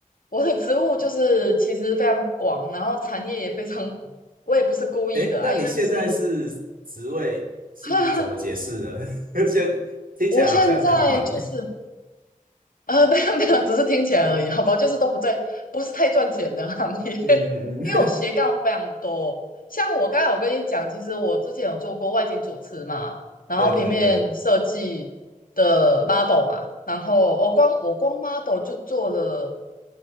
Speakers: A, on the left (about 80°); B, on the right (about 80°).
A: 我的职务就是其实非常广，然后产业也非常广。我也不是故意的啊，
B: 哎，那你现在是职位是怎么解释呢？
A: 因为就是 <laughs>
B: <laughs> 现听起来好像很忙。
A: 我现在就是呃，没有没有，只是听起来而已，好吧，就是都不在，不是太赚钱的行业，<laughs>
B: 嗯嗯，
A: 因为我斜杠非常多。
B: <laughs> 嗯
A: 像我刚才我跟你讲，其实我之前有做过外景主持嘛，然后平面设计的
B: 对对对。
A: model 嘛，然后我、哦光我光 model 就做了。